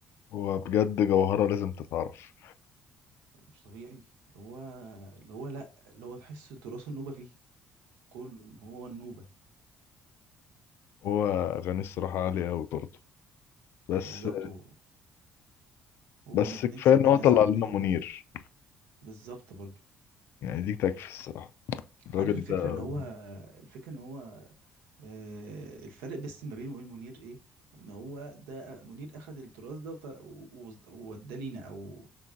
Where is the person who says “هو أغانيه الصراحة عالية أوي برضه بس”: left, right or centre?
Left